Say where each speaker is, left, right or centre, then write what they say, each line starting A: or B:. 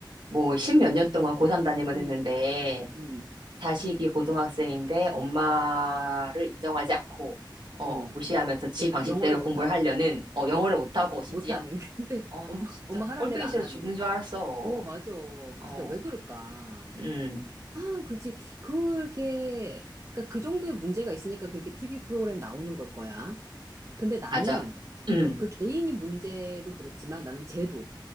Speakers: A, on the right (about 65°); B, on the right (about 35°).
A: 뭐, 십몇 년 동안 고3 담임을
B: 응,
A: 했는데,
B: 응,
A: 자식이 고등학생인데, 엄마를 인정하지 않고, 어,
B: 어,
A: 무시하면서 지 방식대로
B: 영어를 못하고.
A: 공부를 하려는, 어,
B: 어.
A: 영어를 못하고, 심지어.
B: 못하는. <laughs> 근데
A: 어,
B: 엄마,
A: 진짜,
B: 엄마 하라는
A: 꼴보기
B: 대로 안
A: 싫어
B: 하는.
A: 죽는 줄 알았어.
B: 어, 맞아.
A: 어,
B: 진짜 왜 그럴까?
A: 음,
B: 아, 그렇지. 그렇게, 그러니까 그 정도의 문제가 있으니까 그렇게 TV 프로그램 나오는 걸 거야. 근데 나는,
A: 맞아. 음,
B: 어, 그 개인이 문제도 그렇지만 나는 제도,